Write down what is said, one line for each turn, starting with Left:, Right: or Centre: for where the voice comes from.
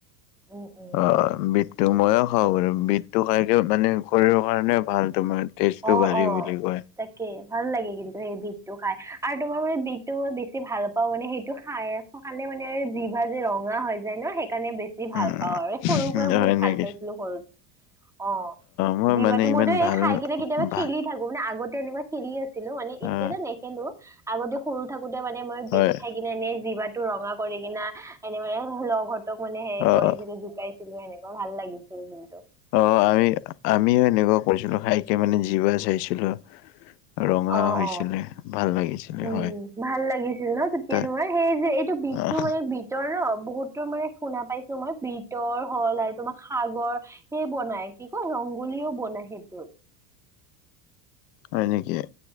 Centre: উম, উম।
Left: অ', বীট -টো ময়ো খাওঁ বাৰু বীটটো খাইকে মানে শৰীৰৰ কাৰণে ভাল তোমাৰ। তেজটো
Centre: অ',
Left: বাঢ়ে
Centre: অ'।
Left: বুলি কয়।
Centre: তাকে ভাল লাগে কিন্তু সেই বিটটো খাই আৰু তোমাৰ মানে বিটটো বেছি ভাল পাওঁ মানে সেইটো খাই অ', খালে মানে এ, জিভা যে ৰঙা হৈ যায় ন সেইকাৰণে বেছ যি ভাল
Left: উম,
Centre: পাওঁ আৰু এই সৰুৰ পৰা বহুত
Left: হয়
Centre: ভাল
Left: নেকি?
Centre: পাইছিলোঁ সৰুত অ',
Left: মই
Centre: জিভাটো
Left: মানে ইমান
Centre: মইতো এই
Left: ভাল
Centre: খাইক কিতিয়াবা খেলি
Left: ভাল
Centre: থাকোঁ মানে আগতে এনেকুৱা খেলি আছিলোঁ মানে এতিয়াতো
Left: অ',
Centre: নেখেলোঁ। আগতে সৰু থাকোতে মানে মই বিট
Left: হয়
Centre: খাই কিনে এনে জিভাটো ৰঙা কৰি কিনা এনেই মানে লগহঁত তোক মানে সে
Left: অ',
Centre: কৰিছিলোঁ জোকাইছিলোঁ সেনেকুৱা ভাল লাগিছিল কিন্তু।
Left: অ', আমি আমিও এনেকুৱা কৰিছিলোঁ খাইকে মানে জিভা চাইছিলোঁ। ৰঙা
Centre: অ',
Left: হৈছিলে
Centre: অ',
Left: ভাল লাগিছিলে
Centre: উম
Left: হয়।
Centre: ভাল লাগিছিল ন তেতিয়া
Left: ত'
Centre: তোমাৰ সেই যে এত বীটটো
Left: অ'।
Centre: মানে বীট ৰ ন বহুতো মানে শুনা পাইছোঁ মই বিটৰ হ'ল আৰু তোমা সাগৰ সে বনাই কি কওঁ ৰংগোলীও বনাই সেটোৰ।
Left: হয় নিকি এ,